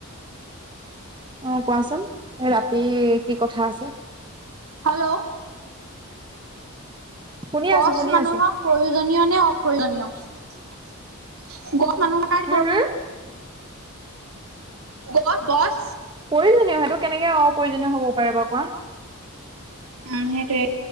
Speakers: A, on the right (about 20°); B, on the right (about 75°).
A: অ, কোৱাচোন এ ৰাতি কি কথা আছে?
B: হেল্ল'।
A: শুনি
B: গছ
A: আছো শুনি
B: মানুহক
A: আছো
B: প্ৰয়োজনীয় নে অপ্ৰয়োজনীয়? গছ মানুহৰ কাৰণে
A: হম
B: প্ৰ
A: হম
B: গছ গছ
A: প্ৰয়োজনীয়। সেইটো কেনেকে অপ্ৰয়োজনীয় হব পাৰে বা কোৱা?
B: উম সেইটোৱে।